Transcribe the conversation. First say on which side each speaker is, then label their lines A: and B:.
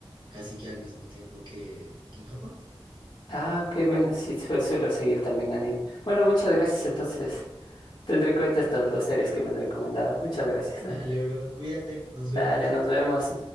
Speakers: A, on the right (about 50°); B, on the left (about 50°).
A: casi que al mismo tiempo que, que en Japón.
B: Ah, ok, bueno, sí, su- suelo seguir también anime. Bueno, muchas gracias. Entonces, tendré en cuenta estas dos series que me has recomendado. Muchas gracias.
A: Dale,
B: eh.
A: bro, cuídate, nos
B: Dale,
A: vemos.
B: nos vemos.